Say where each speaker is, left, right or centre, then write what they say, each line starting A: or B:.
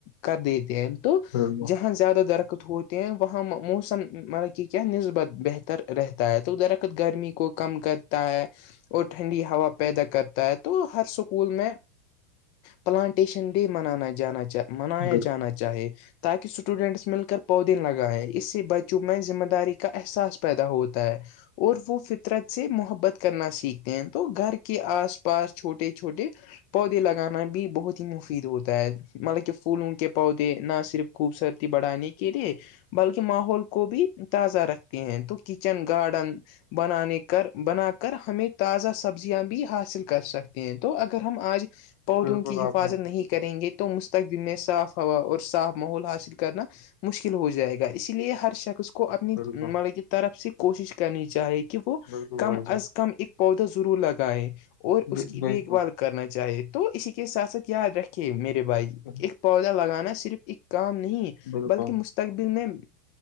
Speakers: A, on the left; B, on the left.
A: کر دیتے ہیں تو
B: بالکل
A: جہاں زیادہ درکت ہوتے ہیں وہاں موسم ملب کہ کیا نسبت بہتر رہتا ہے تو درخت گرمی کو کم کرتا ہے اور ٹھنڈی ہوا پیدا کرتا ہے تو ہر سکول میں پلانٹیشن ڈے منانا جانا چ منایا
B: بالکل
A: جانا چاہے تاکہ اسٹوڈنٹس مل کر پودے لگائیں اس سے بچوں میں ذمہ داری کا احساس پیدا ہوتا ہے اور وہ فطرت سے محبت کرنا سیکھتے ہیں تو گھر کے آس پاس چھوٹے چھوٹے پودے لگانا بھی بہت ہی مفید ہوتا ہے مطلب کہ پھول انول کے پودے نہ صرف خوبصورتی بڑھانے کے لیے بلکہ ماحول کو بھی تازہ رکھتے ہیں تو کچن گارڈن بنانے کر بنا کر ہمیں تازہ سبزیاں بھی حاصل کر سکتے ہیں تو اگر ہم آج پودوں
B: بالکل
A: کی حفاظت
B: آپ نے
A: نہیں
B: بالکل
A: کریں گے تو م <unintelligible> تک دن میں صاف ہوا اور صاف ماحول حاصل کرنا مشکل ہو جائے گا اسی لیے ہر شخص کو کو اپنی
B: بالکل
A: مطلب کی طرف سے کوشش کرنی چاہی کہ وہ
B: بالکل
A: کم
B: بھائی جان
A: از کم ایک پودا ضرور لگائے اور
B: بل-
A: اس کی
B: بالکل
A: دیکھ بھال کرنا چاہیے تو اسی کے ساتھ ساتھ یاد رکھے میرے بھائی
B: بالکل
A: ایک پودا لگانا صرف ایک کام نہیں
B: بالکل
A: بلکہ ستقبل میں